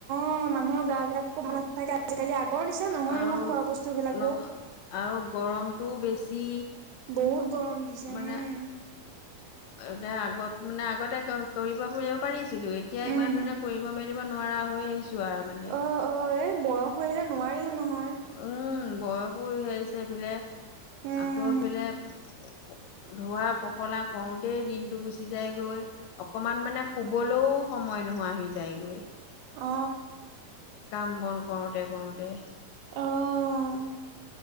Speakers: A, on the right; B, on the left.
A: অ মানুহৰ গাবিলাকো ভাল নাথাকে আজিকালি আগৰ নিচিনা নহয়
B: আৰু
A: নহয় খোৱা বস্তুবিলাকো।
B: ন আৰু গৰমটো বেছি।
A: বহুত গৰম দিছে
B: মানে
A: উম।
B: এতিয়া আগত মানে আগতে ক কৰিব পৰিব পাৰিছিলো এতিয়া
A: উম।
B: ইমান মানে কৰিব মেলিব নোৱাৰা হৈ আহিছোঁ আৰু মানে।
A: অ', অ', <unintelligible> আহিলে নোৱাৰিও নহয়।
B: উম বয়সো সেই আহিছে এইফালে
A: উম,
B: আকৌ এইফালে <unintelligible> ধোৱা পখলা কৰোতেই দিনটো গুচি যায়গৈ। অকমান মানে শুবলৈও সময় নোহোৱা হি যায়গৈ।
A: অ।
B: কাম - বন কৰোতে কৰোতে।
A: অ',